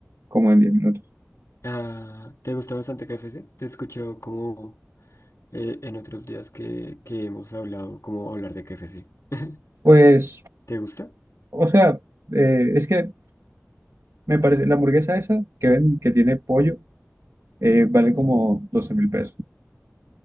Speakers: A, on the right (about 75°); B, on the left (about 70°).
A: como en 10 minutos.
B: Ah, ¿te gusta bastante KFC? Te he escuchado como eh, en otros días que, que hemos hablado, como hablar de KFC. <laughs>
A: Pues,
B: ¿Te gusta?
A: o sea, eh, es que me parece, la hamburguesa esa que ven, que tiene pollo, eh, vale como doce mil pesos.